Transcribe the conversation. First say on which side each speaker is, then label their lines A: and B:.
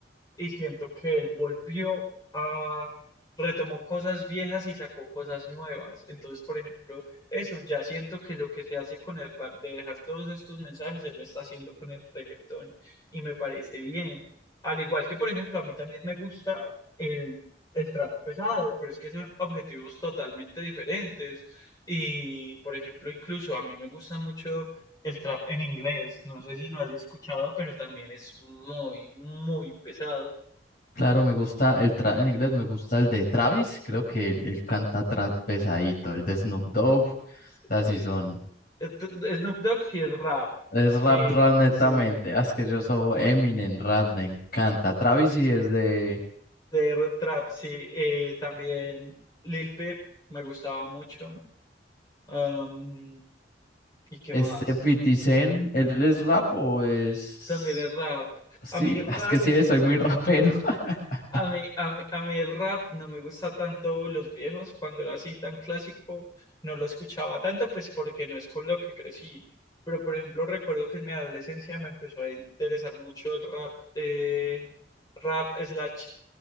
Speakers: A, on the left; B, on the left.
A: y siento que él volvió a, retomó cosas viejas y sacó cosas nuevas. Entonces, por ejemplo, eso, ya siento que lo que se hace con el rap, de dejar todos estos mensajes, se lo está haciendo con el reggaetón y me parece bien. Al igual que, por ejemplo, a mí también me gusta el, el trap pesado, pero es que son objetivos totalmente diferentes. Y, por ejemplo, incluso a mí me gusta mucho el trap en inglés. No sé si lo has escuchado, pero también es muy, muy pesado.
B: Claro, me gusta el tra en inglés me gusta el de Travis, creo que él, él canta trap pesadito, el de Snoop Dogg, así
A: eh,
B: son,
A: este- Snoop Dogg sí es rap,
B: es rap
A: eh,
B: rap netamente,
A: sí,
B: ah, es que yo soy Eminem rap, me encanta. Travis sí es de,
A: de trap, sí, eh, también Lil Peep me gustaba mucho, am, y qué
B: Este
A: más,
B: 50 Cent, ¿él es rap o es...?
A: también el rap,
B: Sí,
A: a mí rap,
B: <laughs> es que sí, soy muy rapero. <laughs>
A: a mí, a mí, a mí el rap no me gusta tanto los viejos, cuando era así tan clásico, no lo escuchaba tanto, pues porque no es con lo que crecí, pero por ejemplo recuerdo que en mi adolescencia me empezó a interesar mucho el rap, eh, rap slash